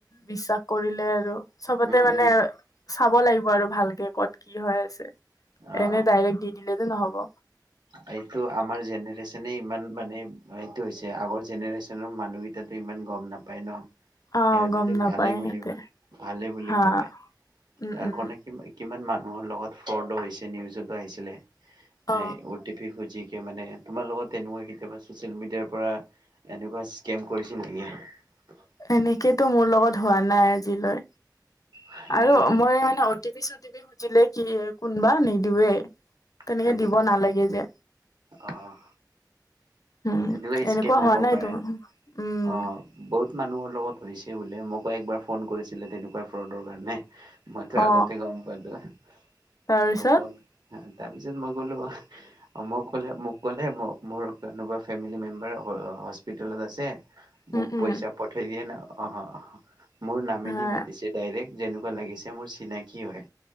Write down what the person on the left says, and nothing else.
বিশ্বাস কৰিলে আৰু চবতে
মানে
চাব লাগিব আৰু ভালকে। ক'ত কি হৈ আছে।
এনেই ডাইৰেক্ট দি দিলে নে নহ'ব।
অ
গম নাপায়
সিহঁতে
হা
উম
উম
অ
এনেকেতো মোৰ লগত হোৱা নাই আজিলৈ।
আৰু
মই এনে অ টি পি চ টি পি সু দিলে কি কোনবা নিদোৱে। তেনেকে
দিব নালাগে যে।
উম,
এনেকুৱা
হোৱা নাইতো
উম।
অ
তাৰপিছত
উম উম
হা